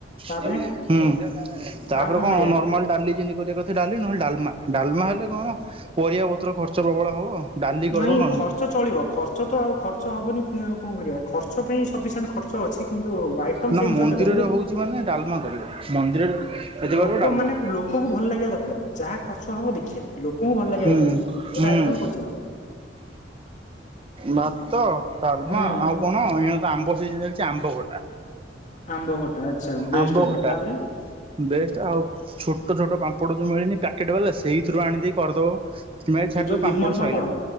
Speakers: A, on the left; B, on the right.
A: ତାପରେ
B: ହଁ ତାପରେ
A: ଆଉ
B: କଣ
A: କରିବା?
B: ନର୍ମାଲ ଡାଲି ଯେମିତି କରିବା କଥା ଡାଲି ନହେଲେ ଡାମା ଡାଲମା। ହେଲେ କଣ ପରିବା ପତ୍ର ଖର୍ଚ୍ଚ ପ୍ରବଳ ହବ। ଡାଲି କରିଦବ
A: ନାଇଁ
B: ନର୍ମାଲି।
A: ଖର୍ଚ୍ଚ ଚଳିବ ଖର୍ଚ୍ଚ ତ ଆଉ ଖର୍ଚ୍ଚ ହବନି ପୁଣି ଆଉ କଣ କରିବା। ଖର୍ଚ୍ଚ ପାଇଁ ସଫିସିଣ୍ଟ ଖର୍ଚ୍ଚ ଅଛି କିନ୍ତୁ ଆଇଟ
B: ନା
A: ସେଇ ଅନୁସରେ
B: ମନ୍ଦିରରେ
A: ଦେଖ
B: ହଉଛି ମାନେ ଡାଲମା କରିବ ମନ୍ଦିରରେ ଯଦି
A: ଲୋକ
B: କରିବ ଡାଲମା
A: ମାନେ ଲୋକଙ୍କୁ ଭଲ ଲାଗିବା ଦରକାର ଯାହା ଖର୍ଚ୍ଚ ହବ ଦେଖିବା ଲୋକଙ୍କୁ ଭଲ ଲାଗିବା
B: ହୁଁ
A: ଦରକାର ଗୋଟେ
B: ହୁଁ।
A: ଆଇଟମ କହିଚଲ।
B: ଭାତ ହଁ। ଡାଲମା
A: ହୁଁ
B: ଆଉ କଣ ଏ ଆମ୍ବ ସି ଚାଲିଛି ଆମ୍ବ ଖଟା
A: ଆମ୍ବ ଖଟା ଆଚ୍ଛା ବେଷ୍ଟ
B: ଆମ୍ବ
A: ହବ
B: ଖଟା
A: ତାପରେ
B: ବେଷ୍ଟ ଆଉ ଛୋଟ ଛୋଟ ପାମ୍ପ ସେପଟୁ ଯୋଉ ମିଳିନି ପକେଟ୍ ବାଲା ସେଇଥିରୁ ଆଣିଦେଇ କରିଦବ ନାଇ
A: ଏଇ
B: ଛାଡିଦବ
A: ଯୋଉ ବିମଲ
B: ପାମ୍ପଡ଼
A: ପାମ୍ପଡ।
B: ସୋଇଲା